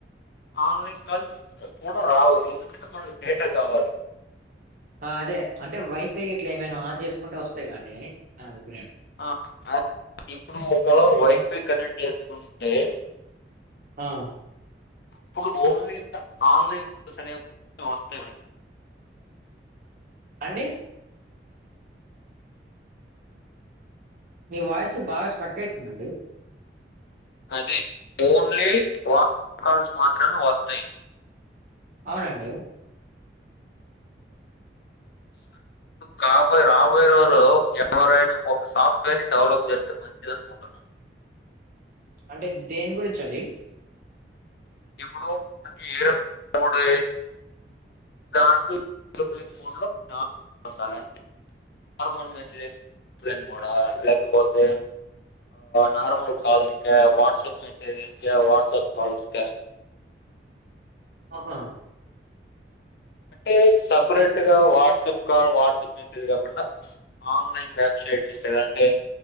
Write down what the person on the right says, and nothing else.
ఆ అదే అంటే వైఫై ఇట్లా ఏమైనా ఆన్ చేసుకుంటే వస్తేగానీ నా అభిప్రాయం
ఆ
అండి మీ వాయిస్ బాగా స్ట్రక్ అయితుందండి
అవునండి
అంటే దేని గురించి అండి
ఆహా